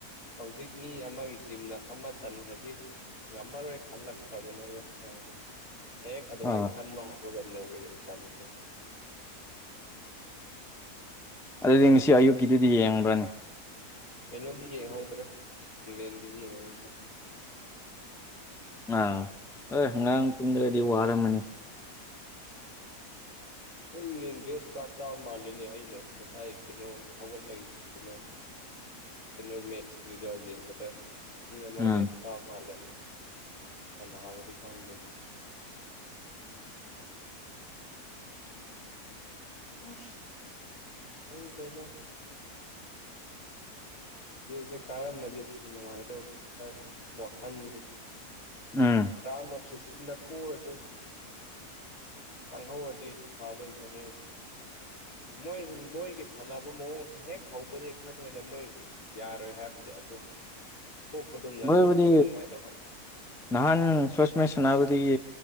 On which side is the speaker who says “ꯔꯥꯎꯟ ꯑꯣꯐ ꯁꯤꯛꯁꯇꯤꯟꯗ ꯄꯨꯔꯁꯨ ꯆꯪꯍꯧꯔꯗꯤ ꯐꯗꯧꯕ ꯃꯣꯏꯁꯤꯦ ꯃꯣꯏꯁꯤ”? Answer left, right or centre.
Left